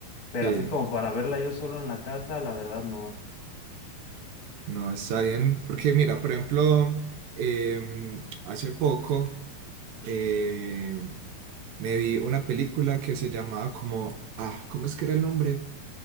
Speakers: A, on the left; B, on the right.
A: Pero
B: Sí,
A: así como para verla yo solo en la casa, la verdad no.
B: no, está bien. Porque mira, por ejemplo, em, hace poco eh, me vi una película que se llamaba como, ah, ¿cómo es que era el nombre?